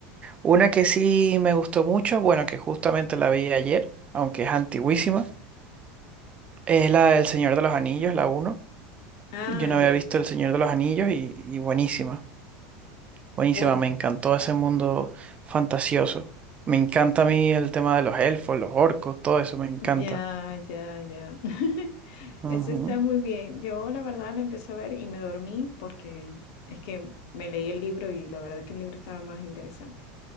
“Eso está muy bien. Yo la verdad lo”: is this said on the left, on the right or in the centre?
Left